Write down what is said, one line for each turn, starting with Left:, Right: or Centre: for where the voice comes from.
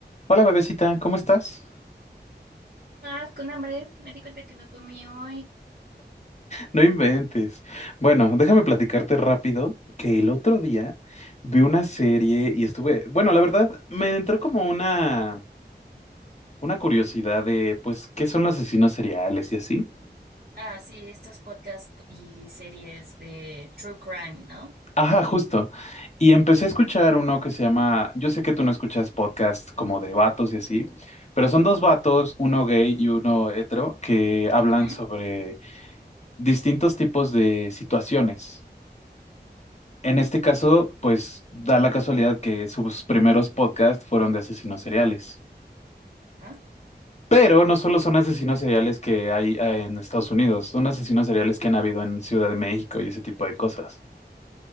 Left: Hola bebecita, ¿cómo estás?
Right: Ah, con hambre. Me di cuenta que no comí hoy.
Left: No inventes. Bueno, déjame platicarte rápido que el otro día vi una serie y estuve, bueno, la verdad me entró como una una curiosidad de pues qué son los asesinos seriales y así.
Right: Ah, sí, estos podcasts y series de True Crime, ¿no?
Left: Ajá, justo. Y empecé a escuchar uno que se llama, yo sé que tú no escuchas podcasts como de vatos y así, pero son dos vatos, uno gay y uno hetero, que hablan
Right: Ujú.
Left: sobre distintos tipos de situaciones. En este caso, pues da la casualidad que sus primeros podcasts fueron de asesinos seriales.
Right: Ah,
Left: Pero no solo son asesinos seriales que hay eh, en Estados Unidos, son asesinos seriales que han habido en Ciudad de México y ese tipo de cosas.